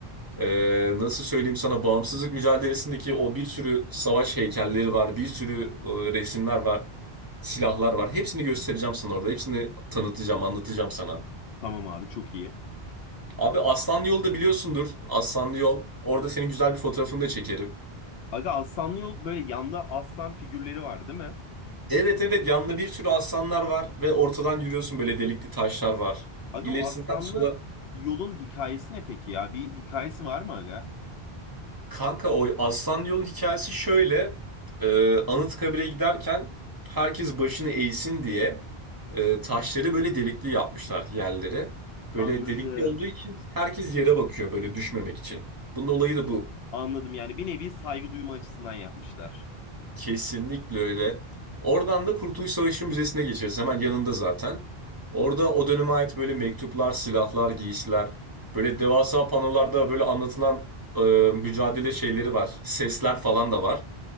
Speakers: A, on the right (about 20°); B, on the left (about 75°).
A: Ee, nasıl söyleyeyim sana bağımsızlık mücadelesindeki o bir sürü savaş heykelleri var, bir sürü e, resimler var, silahlar var. Hepsini göstereceğim sana orada, hepsini tanıtacağım, anlatacağım sana.
B: Tamam abi çok iyi.
A: Abi Aslanlı Yol'u da biliyorsundur, Aslanlı Yol. Orada senin güzel bir fotoğrafını da çekerim.
B: Aga aslanlı yol böyle yanda aslan figürleri var değil mi?
A: Evet evet yanında bir sürü aslanlar var ve ortadan yürüyorsun böyle delikli taşlar var.
B: Aga
A: İlerisinden
B: bu aslanlı
A: sola.
B: yolun hikayesi ne peki ya? Bir hikayesi var mı aga?
A: Kanka o aslan yolun hikayesi şöyle. Ee, Anıtkabir'e giderken herkes başını eğsin diye e, taşları böyle delikli yapmışlar yerlere Böyle
B: Anladım.
A: delikli olduğu için herkes yere bakıyor böyle düşmemek için. Bunun olayı da bu.
B: Anladım yani bir nevi saygı duyma açısından yapmışlar.
A: Kesinlikle öyle. Oradan da Kurtuluş Savaşı Müzesi'ne geçeriz. Hemen yanında zaten. Orada o döneme ait böyle mektuplar, silahlar, giysiler, böyle devasa panolarda böyle anlatılan e, mücadele şeyleri var. Sesler falan da var.